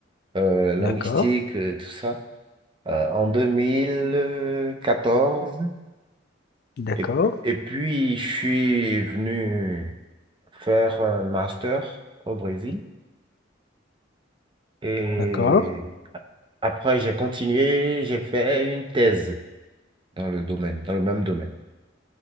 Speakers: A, on the right; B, on the left.
A: euh, linguistique,
B: D'accord,
A: euh, tout ça, euh, en deux mille quatorze
B: d'accord,
A: Et, et puis, je suis venu faire un master au Brésil. Et
B: d'accord,
A: après, j'ai continué, j'ai fait une thèse dans le domaine, dans le même domaine.